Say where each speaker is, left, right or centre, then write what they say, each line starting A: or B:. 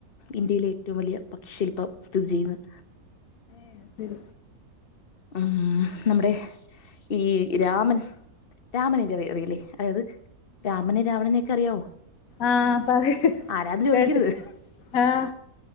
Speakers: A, on the left (about 40°); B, on the left (about 70°).
A: ഇന്ത്യയിലെ ഏറ്റവും വലിയ പക്ഷിശില്പം സ്ഥിതി ചെയ്യുന്നത്
B: ഉം
A: ഉം നമ്മുടെ ഈ രാമൻ രാമനെ അറിയില്ലേ അതായത് രാമനെ രാവണനെയും ഒക്കെ അറിയാവോ
B: ആഹ പറി
A: ആരാ അത് ചോദിക്കരുത്
B: കേട്ട ആഹ